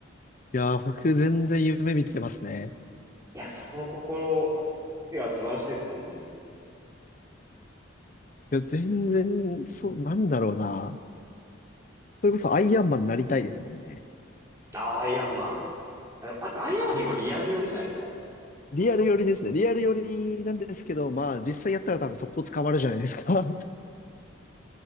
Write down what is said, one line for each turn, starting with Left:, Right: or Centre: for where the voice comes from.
Left: いやー、僕全然夢見てますね。
Right: や、その心、いや、素晴らしいですよ、本当に。
Left: いや、全然、そう、なんだろうな。それこそアイアンマンになりたいですもんね。
Right: あー、アイアンマン。あの、あアイアンマン結構リアル寄りじゃないですか、
Left: アイアンマン。
Right: あれ。
Left: リアル寄りですね。リアル寄りなんですけど、まあ、実際やったら多分速攻捕まるじゃないですか。<laughs>